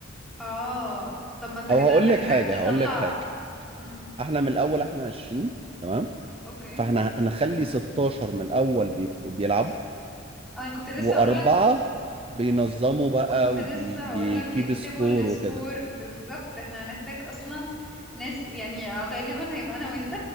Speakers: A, in the centre; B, on the right.
A: اه طب ما انت
B: أو
A: كده
B: هقول
A: هتحتاج
B: لك حاجة
A: تطلع
B: هقول لك حاجة
A: امم
B: احنا من الأول احنا 20 تمام
A: اوكي
B: فاحنا هنخلي 16 من الأول بيبقوا بيلعبوا
A: انا كنت لسه
B: وأربعة
A: اقولك
B: بينظموا بقى
A: كنت لسه
B: وبيكيب
A: هقولك بيكتبوا
B: سكور
A: السكور
B: وكده
A: بالظبط احنا هنحتاج اصلا ناس يعني غالبا هيبقى انا وانت